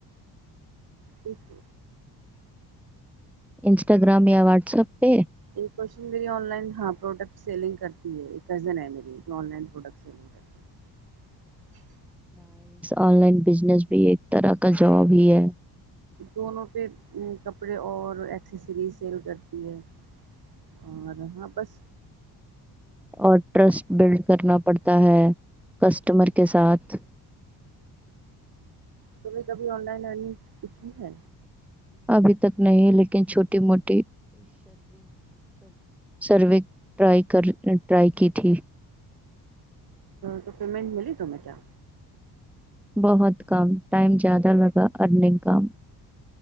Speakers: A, on the right; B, in the centre.
A: جٹ
B: انسٹاگرام یا و سبے
A: ایک کوشن میری آن لائن ہاں پروڈکٹ سیلنگ کرتی ہے ایک کزن ہے میری جو آن لائن پروڈکٹ سیلنگ کرتی ہے
B: آن لائن بزنس بھی ایک طرح کا جاب ہی ہے
A: دونوں پہ کپڑے اور ایکسیسری سیل کرتی ہے اور ہاں بس
B: اور ٹرسٹ بلڈ کرنا پڑتا ہے کس کسٹمر کے ساتھ
A: تمہیں کبھی آن لائن لرنگ اتنی ہے
B: ابھی تک نہیں لیکن چھوٹی موٹی سروے ٹرائی کی تھی
A: تو پیمنٹ ملی تیں کیا
B: بہت کم ٹائم زیادہ لگا ارننگ کام